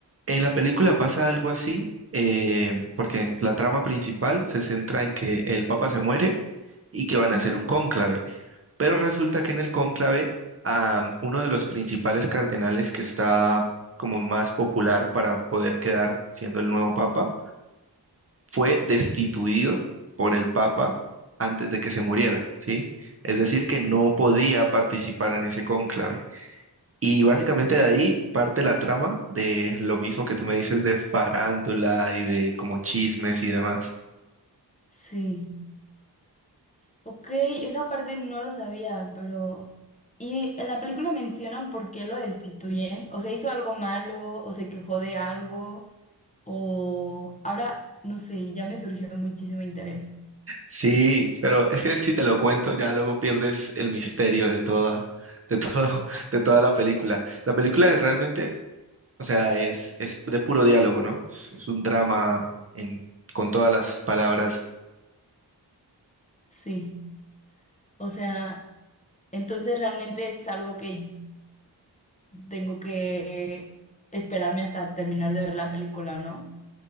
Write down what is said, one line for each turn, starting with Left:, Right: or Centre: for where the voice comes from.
Right: En la película pasa algo así, eh, porque la trama principal se centra en que el papa se muere y que van
Left: Ujú.
Right: a hacer un cónclave. Pero resulta que en el cónclave, am, uno de los principales cardenales que está como más popular para poder quedar siendo el nuevo papa, fue destituido por el papa antes de que se muriera, ¿sí? Es decir, que no
Left: Ok.
Right: podía participar en ese cónclave. Y básicamente de ahí parte la trama de lo mismo que tú me dices de farándula y de como chismes y demás.
Left: Sí. Ok, esa parte no lo sabía, pero... ¿Y en la película mencionan por qué lo destituyen? ¿O sea, hizo algo malo? ¿O se quejó de algo? O... Ahora, no sé, ya me surgió muchísimo interés.
Right: Sí, pero es que si te lo cuento ya luego pierdes el misterio de toda, de todo, <laughs> de toda la película. La película es realmente, o sea, es, es de puro diálogo, ¿no? Es, es un drama en, con todas las palabras.
Left: Sí, o sea, entonces realmente es algo que tengo que esperarme hasta terminar de ver la película, ¿no?